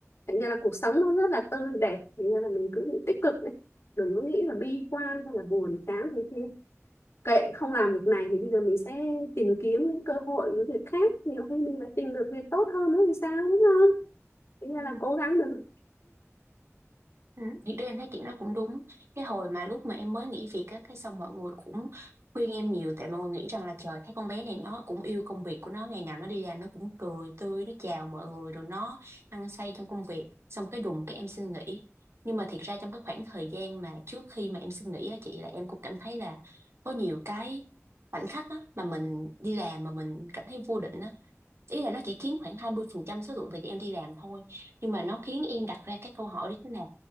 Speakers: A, on the left; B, on the right.
A: thành ra là cuộc sống nó rất là tươi đẹp thành ra là mình cứ tích cực đi đừng có nghĩ là bi quan hay là buồn chán thế kia kệ không làm việc này thì bây giờ mình sẽ tìm kiếm những cơ hội những việc khác nhiều khi mình lại tìm được việc tốt hơn nữa thì sao đúng không bây giờ
B: Ừ.
A: là cố gắng được
B: Ừ, Thì em thấy chị nói cũng đúng. Cái hồi mà lúc mà em mới nghỉ việc á, cái xong mọi người cũng khuyên em nhiều tại mọi người nghĩ rằng là trời thấy con bé này nó cũng yêu công việc của nó, ngày nào nó đi làm nó cũng cười tươi, nó chào mọi người rồi nó hăng say trong công việc. Xong cái đùng cái em xin nghỉ. Nhưng mà thiệt ra trong cái khoảng thời gian mà trước khi mà em xin nghỉ á chị là em cũng cảm thấy là có nhiều cái khoảnh khắc á mà mình đi làm mà mình cảm thấy vô định á. Ý là nó chỉ chiếm khoảng 20% số lượng thời gian em đi làm thôi nhưng mà nó khiến em đặt ra cái câu hỏi đó là